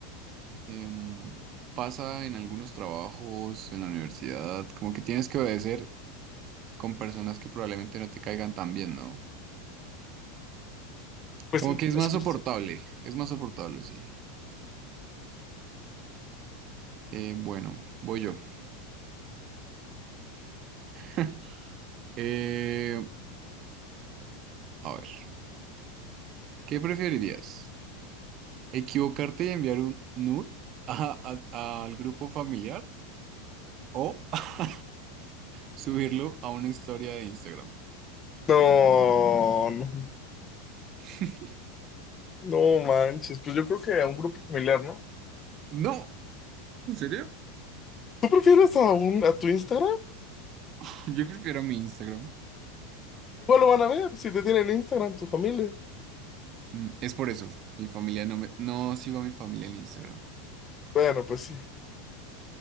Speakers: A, on the right; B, on the left.
A: Em, pasa en algunos trabajos en la universidad, como que tienes que obedecer con personas que probablemente no te caigan tan bien, ¿no?
B: Pues
A: Como
B: sí,
A: que es más
B: es justo.
A: soportable, es más soportable, sí. Eh, bueno, voy yo. <laughs> Eh, a ver, ¿qué preferirías? ¿Equivocarte y enviar un nude a- a- al grupo familiar o <laughs> subirlo a una historia de Instagram?
B: No, no,
A: <laughs>
B: no manches, pues yo creo que a un grupo familiar, ¿no?
A: No, ¿en serio?
B: ¿Tú prefieres a un, a tu Instagram?
A: <laughs> Yo prefiero mi Instagram.
B: Igual lo van a ver, si te tienen Instagram, tu familia.
A: Mm, es por eso, mi familia no me, no sigo a mi familia en Instagram.
B: Bueno, pues sí.